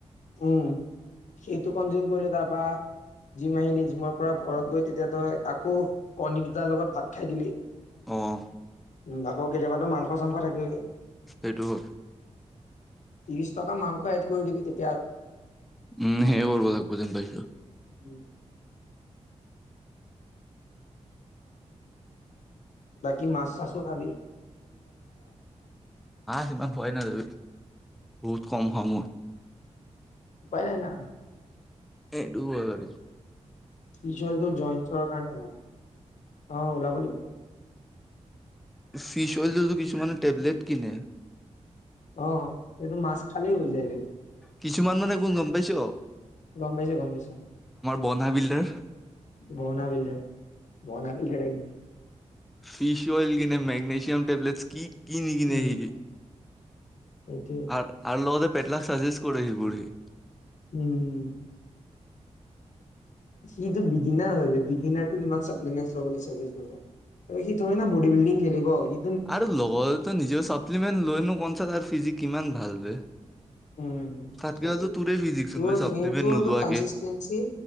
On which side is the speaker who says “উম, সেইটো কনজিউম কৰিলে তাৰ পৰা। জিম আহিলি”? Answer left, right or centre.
Left